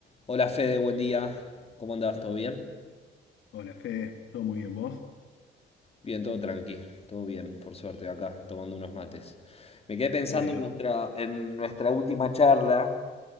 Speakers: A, on the left; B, on the left.
A: Hola Fede, buen día. ¿Cómo andás? ¿Todo bien?
B: Hola, Fede, ¿todo muy bien vos?
A: Bien, todo tranqui, todo bien, por suerte, acá tomando unos mates. Me quedé pensando
B: Me alegro.
A: en nuestra, en nuestra última charla,